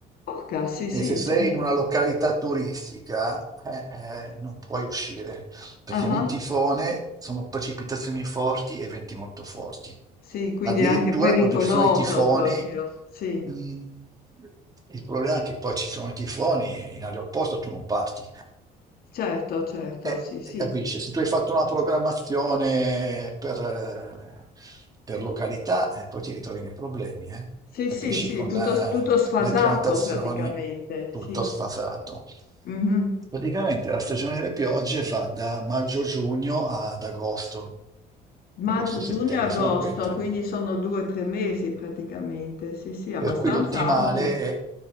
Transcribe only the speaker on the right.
E
se sei
in una località turistica, eh, eh, non puoi uscire perché
un tifone sono precipitazioni forti e venti molto forti.
Addirittura
quando ci sono i tifoni,
mh, il problema è che poi ci sono i tifoni e in aeroporto tu non parti.
Eh,
eh, capisci, se tu hai fatto una programmazione per, eh, per località, eh, poi ti ritrovi nei problemi, eh.
Capisci,
con
eh,
le prenotazioni
tutto
sfasato.
Praticamente la stagione delle piogge va da maggio-giugno ad agosto,
agosto-settembre,
sono queste.
Per cui l'ottimale
è,